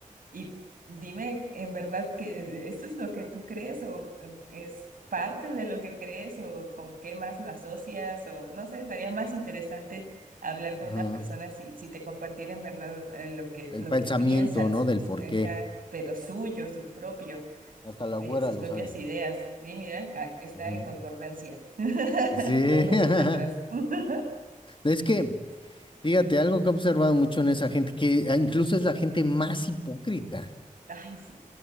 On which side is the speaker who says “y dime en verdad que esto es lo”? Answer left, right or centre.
Right